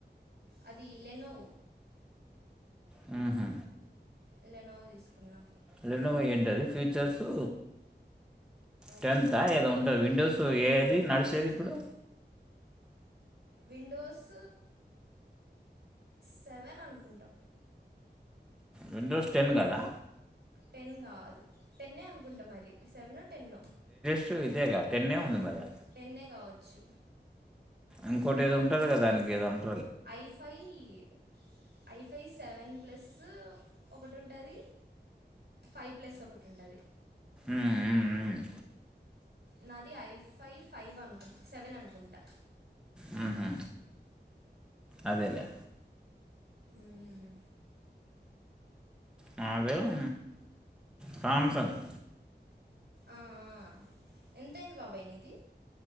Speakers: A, on the right; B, in the centre.
A: అది లెన్నో
B: హ్మ్ హు
A: ఇ లెనోవా తీసుకున్నాం
B: లెనోవా ఏంటది ఫ్యూచర్సు టెన్త్
A: లెనోవో
B: ఆ ఏదో ఉంటుంది విండోస్ ఏది నడిసి ఏది ఇప్పుడు
A: విండోస్ సెవెన్ అనుకుంటా
B: విండోస్ టెన్ కదా
A: టెన్ కాదు టెన్ ఏ అనుకుంటా మరి సెవెనో టెన్నో
B: స్ట్ ఇదే గా టెన్నె ఉంది మరి ఇగ
A: టెన్నే కావచ్చు
B: ఇంకోటి ఏదో ఉంటది గా దానికి ఏదో ఉంటుంది
A: ఐఫై ఈ ఐఫై సెవెన్ ప్లస్ ఒకటి ఉంటది ఫైవ్ ప్లస్ ఒకటి ఉంటది
B: మ్మ్ మ్మ్ మ్మ్
A: నాది ఐ ఫైవ్ ఫైవ్ అనుకు సెవెన్ అనుకుంటా
B: హ్మ్ హు అదేలే
A: మ్మ్
B: మాదేం శ్యాంసంగ్
A: ఆ ఆ ఎంతయింది బాబాయి నీది